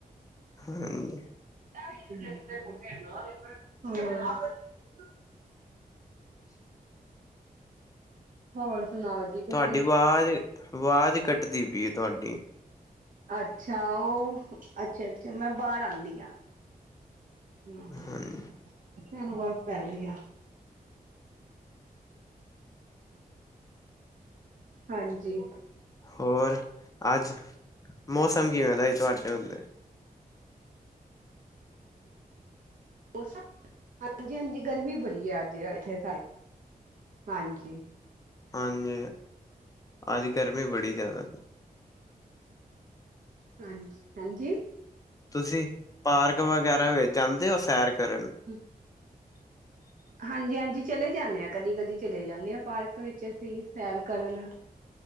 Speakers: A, on the left; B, on the right.
A: ਹਾਂਜੀ
B: ਹੂੰ, ਹੋਰ
A: <unintelligible>
B: ਹੋਰ ਸੁਣਾਓ ਜੀ।
A: ਤੁਹਾਡੀ
B: ਤੁਸੀਂ
A: ਆਵਾਜ਼ ਆਵਾਜ਼ ਕੱਟਦੀ ਪਈ ਹੈ ਤੁਹਾਡੀ।
B: ਅੱਛਾ, ਉਹ ਅੱਛਾ-ਅੱਛਾ ਮੈਂ ਬਾਹਰ ਆਉਂਦੀ ਹਾਂ। ਆਹੋ,
A: ਹਾਂਜੀ
B: ਮੈਨੂੰ ਗਾਲਾ ਪੈਣ ਗਈ ਆ। ਹਾਂਜੀ।
A: ਹੋਰ ਅੱਜ ਮੌਸਮ ਕਿਵੇਂ ਦਾ ਇਹ ਤੁਹਾਡੇ ਉੱਥੇ?
B: ਮੌਸਮ ਹਾਂਜੀ-ਹਾਂਜੀ ਗਰਮੀ ਬੜੀ ਆ ਅੱਜ ਇੱਥੇ ਹਾਂਜੀ।
A: ਹਾਂਜੀ, ਅੱਜ ਗਰਮੀ ਬੜੀ ਜ਼ਿਆਦਾ।
B: ਹਾਂਜੀ-ਹਾਂਜੀ।
A: ਤੁਸੀਂ ਪਾਰਕ ਵਗੈਰਾ ਵੇਚ ਜਾਂਦੇ ਹੋ ਸੈਰ ਕਰਨ।
B: ਹ
A: ਹ <unintelligible>
B: ਹਾਂਜੀ-ਹਾਂਜੀ ਚਲੇ ਜਾਨੇ ਆ ਕਦੀ-ਕਦੀ ਚਲੇ ਜਾਨੇ ਆ ਪਾਰਕ ਵਿੱਚ ਅਸੀ ਸੈਰ ਕਰਨ।